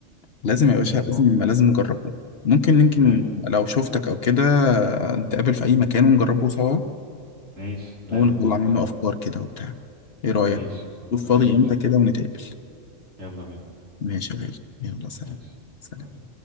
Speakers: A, on the left (about 55°); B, on the right (about 80°).
A: لازم يا باشا
B: لا
A: لازم لازم نجربه ممكن يمكن
B: لا
A: لو شفتك او كده نتقابل في اي مكان ونجربه سوا
B: ماشي لا
A: ونطلع
B: مفيش
A: منه
B: مشاكل
A: افكار كده وبتاع ايه رأيك
B: ماشي
A: شوف
B: مفيش
A: فاضي
B: مشاكل
A: امتى كده ونتقابل
B: يلا بينا
A: ماشي يا غالي يلا سلام
B: ماشي
A: سلام
B: سلام.